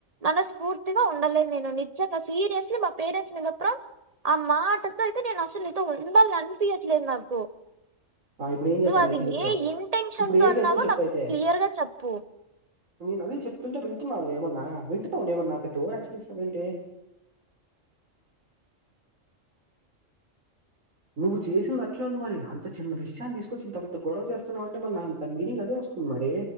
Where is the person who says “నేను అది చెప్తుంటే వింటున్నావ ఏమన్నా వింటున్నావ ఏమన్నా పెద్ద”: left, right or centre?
Right